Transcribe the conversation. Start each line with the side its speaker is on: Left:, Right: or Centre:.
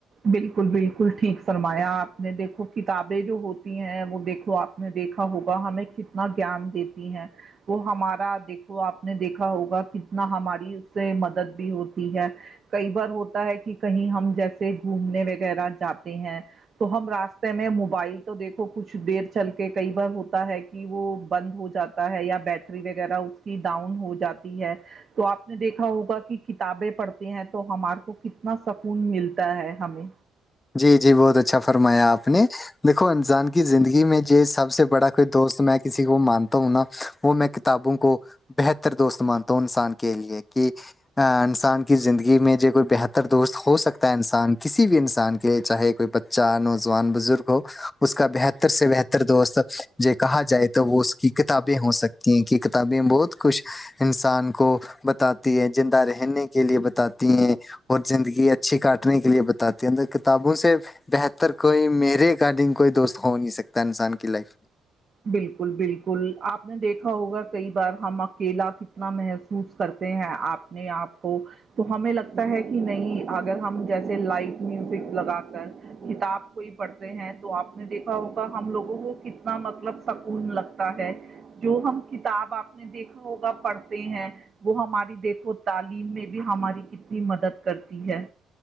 Right: بالکل بالکل ٹھیک فرمایا آپ نے دیکھو کتابیں جو ہوتی ہیں وہ دیکھو آپ دیکھا ہوگا ہمیں کتنا گان دیتی ہیں وہ ہمارا دیک آپ نے دیکھا ہوگا کتنا ہماری اس سے مدد بھی ہوتی ہے کئی بار ہوتا ہے کہ کہیں ہم جیسے گھومنے وغیرہ جاتے ہیں تو ہم راستے میں موبائل تو دیکھو کچھ دیر چل کے کئی بار ہوتا ہے کہ وہ بند ہو جاتا ہے یا بیٹری وغیرہ اس کی ڈاؤن ہو جاتی ہے تو آپ نے دیکھا ہوگا کہ کتابیں پڑھتے ہیں تو ہمارے کو کتنا سکون ملتا ہے ہمیں
Left: جی بہت اچھا اچھا فرمایا آپ نے دیکھو انسان کی زندگی میں جو سب سے بڑا کوئی دوست میں کسی کو مانتا ہوں نا وہ میں کتابوں کو بہتر دوست مانتا ہوں انسان کے لیے کہ انسان کی زندگی میں جب ئی بہتر دوست ہو سکتا ہے انسان کسی بھی انسان کے کہ چاہے کوئی بچہ نوجوان بزرگ ہو اس کا بہتر سے بہتر دوست کہا جائے تو وہ اس کی کتابیں ہو سکتی ہیں کہ کتابیں بہت کچھ انسان کو بتاتی ہے زندہ رہنے کے لیے بتاتی ہیں اور زندگی اچھی کاٹنے کے لیے بتاتی ہیںر کتابوں سے بہتر کوئی میرے اکارڈنگ کوئی دوست ہو نہیں سکتا انسان کی لائف
Right: بالکل بالکل آپ نے دیکھا ہوگا کئی بار ہم اکیلا کتنا محسوس کرتے ہیں آپ نے آپ کو تو ہمیں لگتا ہے کہ نہیں اگر ہم جیسے لائٹ میوزک لگا کر کتاب کوئی پڑھتے ہیں تو آپ نے دیکھا ہوگا ہم لوگوں کو کتنا مطلب مطلب سکون لگتا ہے جو ہم کتاب آپ نے دیکھا ہوگا پڑھتے ہیں وہ ہماری دیکھو تعلیم میں بھی ہماری کتنی مدد کرتی ہے